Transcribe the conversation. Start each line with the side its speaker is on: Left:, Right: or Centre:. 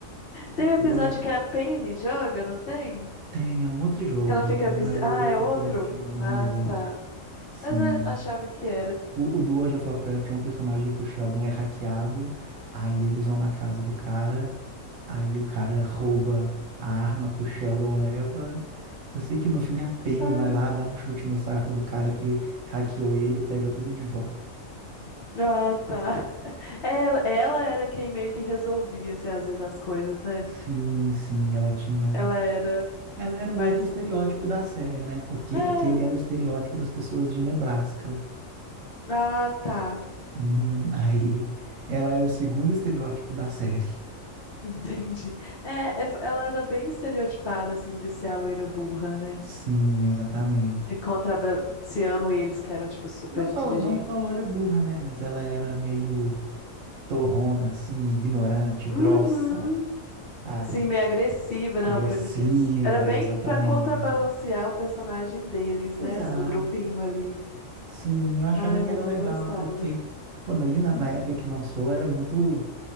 Left: Tem um episódio
Right: Eu,
Left: que a Penny joga, não tem?
Right: tem, é um outro jogo,
Left: Que ela fica
Right: mas não
Left: vice.
Right: é World
Left: Ah, é
Right: of
Left: outro?
Right: Warcraft, não, é
Left: Ah,
Right: um outro.
Left: tá.
Right: Sim.
Left: Mas eu achava que era.
Right: O, o do World of Warcraft é um personagem que o Sheldon é hackeado, aí eles vão na casa do cara, aí o cara rouba a arma que o Sheldon leva. Eu sei que no fim a Penny
Left: Ah,
Right: vai lá, dá um chute no saco do cara que hackeou ele e pega tudo de volta.
Left: ah, tá. <laughs> Ela, ela era quem meio que resolvia, assim, às vezes as coisas, né?
Right: Sim, sim, ela tinha.
Left: Ela era
Right: Ela era
Left: mais.
Right: um outro estereótipo da série, né? Porque
Left: Era.
Right: aquele é o estereótipo das pessoas de Nebraska.
Left: Ah, tá.
Right: Hum, aí, ela é o segundo estereótipo da série.
Left: <laughs> Entendi. É, é ela era bem estereotipada, assim, de ser a loira burra, né?
Right: Sim, exatamente.
Left: E contrabalanceando eles, que eram, tipo, super
Right: Não
Left: inteligentes.
Right: só, não só loira burra, né? Mas ela era meio torrona, assim, ignorante, grossa,
Left: Uhum.
Right: sabe?
Left: Sim, meio agressiva,
Right: Agressiva,
Left: né? Uma coisa que eles... Era bem
Right: exatamente.
Left: pra contrabalancear o personagem deles,
Right: Exato.
Left: né? Assim, do grupinho ali.
Right: Sim, eu achava
Left: Ai,
Right: que
Left: mas
Right: era legal,
Left: eu gostava.
Right: porque, quando ali na, na época que lançou, era muito.